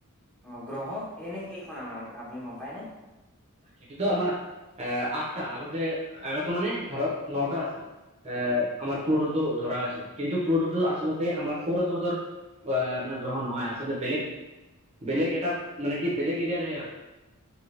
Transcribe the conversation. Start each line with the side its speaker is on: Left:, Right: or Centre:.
Centre: অ গ্ৰহ এনে কেইখন আমাৰ আপুনি গম পায়নে?
Right: সেইটোতো আমাৰ এ আঠটা আগতে-আগতে মানে ধৰক নটা আছিল। আহ আমাৰ
Centre: হয়
Right: প্লুটোতো ধৰা হৈছিল কিন্তু প্লুটোতো আচলতে আমাৰ সৌৰজগতৰ আহ মানে গ্ৰহ নহয় আচলতে বেলেগ বেলেগ এটা মানে কি বেলেগ এৰিয়াৰহে হয়